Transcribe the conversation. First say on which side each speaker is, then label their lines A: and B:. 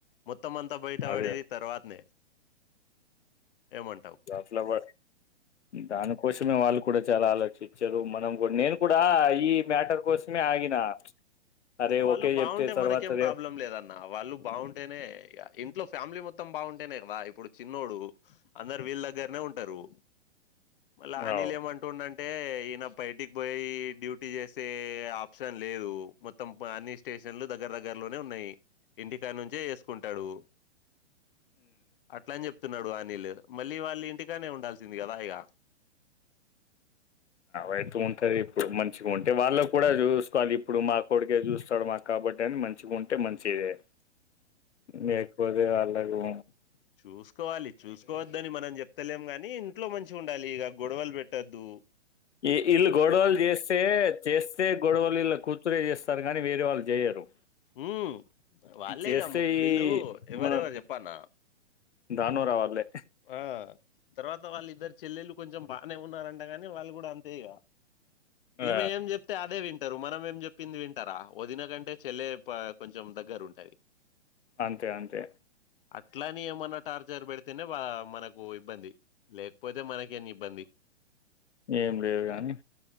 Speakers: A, on the left; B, on the left.
A: మొత్తం అంతా బయట
B: అదే
A: పడేది తర్వాతనే ఏమంటావు
B: ఫలా బ దానుకోష వాళ్ళు కూడా చాలా ఆలోచించారు మనం కూడా నేను కూడా ఈ మ్యాటర్ కోసమే ఆగిన అరే
A: వాళ్ళు
B: ఓకే చెప్తే
A: బాగుంటే
B: తర్వాత
A: మనకేం
B: రే
A: ప్రాబ్లం లేదన్న వాళ్ళు బాగుంటేనే ఇంట్లో ఫ్యామిలీ మొత్తం బాగుంటేనే కదా ఇప్పుడు చిన్నోడు అందరు వీళ్ళ దగ్గరనే ఉంటారు మళ్ల అనిలే
B: అవు
A: ఏమంటుండు అంటే టే ఈయన బయటికి పోయి డ్యూటీ చేస్త వే ఆప్షన్ లేదు మొత్తం అన్ని స్టేషన్లు దగ్గర దగ్గరలోనే ఉన్నాయి ఇంటికా నుంచే చెసుకుంటాడు అట్లాని చెప్తున్నాడు అనిల్ మళ్ళీ వాళ్ళ ఇంటికానే ఉండాల్సింది కదా ఇగ
B: అైతు ఉంటది ఇప్పుడు మంచిగా ఉంటే వాళ్ళ కూడా చూసుకోవాలి ఇప్పుడు మా కొడికే చూస్తాడు మాకు కాబట్టి అని మంచిగా ఉంటే ట్టే మంచిదే లేకపోతే అళ్లాకు
A: చూసుకోవాలి చూసుకోవద్దని మనం చెప్తలేం గాని ఇంట్లో మంచి ఉండాలి ఇక గొడవలు పెట్టొద్దు
B: ఈ ఇల్ గొడవల్ చేస్తే చేస్తే గొడవల్ వీళ్ళ కుతు రే చేస్తారు కానీ వేరే వాళ్ళు చేయరు
A: హ వాళ్ళే
B: చేస్తే
A: ఇగ వీళ్ళు
B: ఈ
A: ఎవరెవరు
B: మన
A: చెప్పన్న
B: దాను రావాలే
A: ఆ తర్వాత వాళ్ళ ఇద్దరు చెల్లెళ్ళలు కొంచెం బాగానే ఉన్నారంటగానీ వాళ్ళు కూడా అంతే ఇగ ఈమె
B: ఆ
A: ఏం చెప్తే అదే వింటారు మనం ఏం చెప్పింది వి ంటార వదిన కంటే చెల్లె కొంచెం దగ్గర ఉంటది
B: అంతే అంతే
A: అట్లాని ఏమన్నా టార్చర్ పెడితే తేనె మనకు ఇబ్బంది లేకపోతే మనకేం ఇబ్బంది
B: ఏం లేదు గాని